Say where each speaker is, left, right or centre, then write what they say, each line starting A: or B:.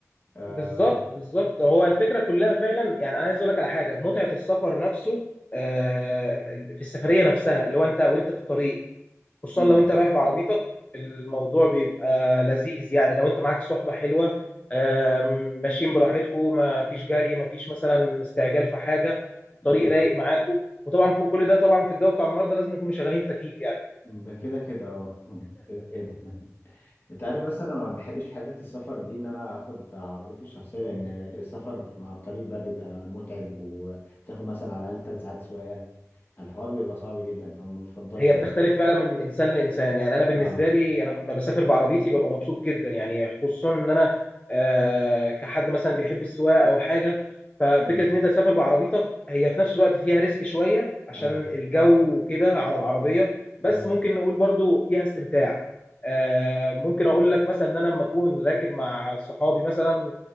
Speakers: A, on the left; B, on the left.
A: آه
B: بالظبط بالظبط هو الفكره كلها فعلا يعني انا عايز اقول لك على حاجه متعه السفر نفسه آه، في السفريه نفسها اللي هو انت وانت في الطريق خصوصا
A: مم.
B: لو انت رايح بعربيتك الموضوع بيبقى لذيذ يعني لو انت معاك صحبة حلوة آم، ماشيين براحتكم ما فيش جري ما فيش مثلا استعجال في حاجة الطريق
A: مم.
B: رايق معاكم وطبعا فوق كل ده طبعا في الجو بتاع النهارده لازم نكون مشغلين تكييف يعني
A: ده كده كده اه <laughs> كده كده انت عارف بس انا ما بحبش في حته السفر دي ان انا اخد عربيتي الشخصيه لان السفر مع الطريق بقى بيبقى متعب وبتاخد مثلا على الاقل ثلاث ساعات سواقه فالحوار بيبقى صعب جدا فما بفضلش
B: هي بتختلف
A: يعني
B: فعلا من انسان لانسان يعني انا بالنسبه
A: اه
B: لي انا لما بسافر بعربيتي ببقى مبسوط جدا يعني خصوصا ان انا آه، كحد مثلا بيحب السواقه او حاجه ففكره
A: امم
B: ان انت تسافر بعربيتك هي في نفس الوقت فيها ريسك شويه عشان
A: اه
B: الجو وكده على العربيه
A: بالظبط
B: بس ممكن نقول برضو فيها استمتاع آه، ممكن اقول لك مثلا ان انا لما اكون راكب مع صحابي مثلا